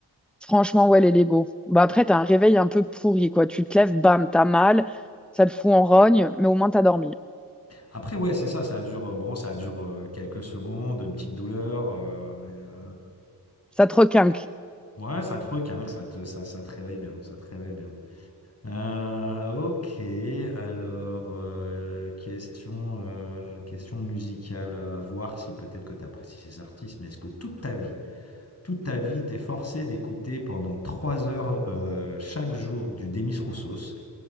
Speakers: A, in the centre; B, on the left.
A: franchement, ouais, les Lego. Bah après, t'as un réveil un peu pourri, quoi. Tu te lèves, bam, t'as mal, ça te fout en rogne, mais au moins t'as dormi.
B: Après, ouais, c'est ça, ça dure, euh, bon, ça dure euh, quelques secondes, une petite douleur. euh, et, euh,
A: Ça te requinque.
B: ouais, ça te requinque, ça te, ça, ça te réveille bien, ça te réveille bien. Euh, ok, alors, euh, question, euh, question musicale, à voir si peut-être que tu apprécies ces artistes, mais est-ce que toute ta vie, toute ta vie, t'es forcé d'écouter pendant trois heures euh, chaque jour du Demis Roussos